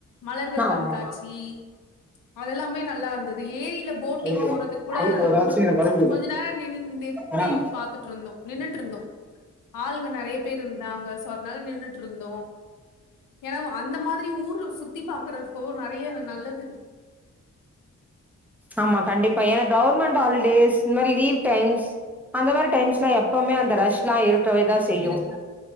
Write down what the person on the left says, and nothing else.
மலர்கள்
கண்காட்சி அதெல்லாமே நல்லா இருந்தது ஏரியில போட்டிங்
போறது கூட
ரொம்ப
கொஞ்ச நேரம் ந நிறுத்தி
பாத்துட்டு இருந்தோம் நின்ட்டு இருந்தோம் ஆளுங்க நெறைய பேர் இருந்தாங்க ச அதனால நின்னுறுட்டு இருந்தோம் ஏன்னா அந்த மாரி ஊர் சுத்தி பாக்குறப்ப நெறைய நல்ல தெரியக்கு
இருக்கும்.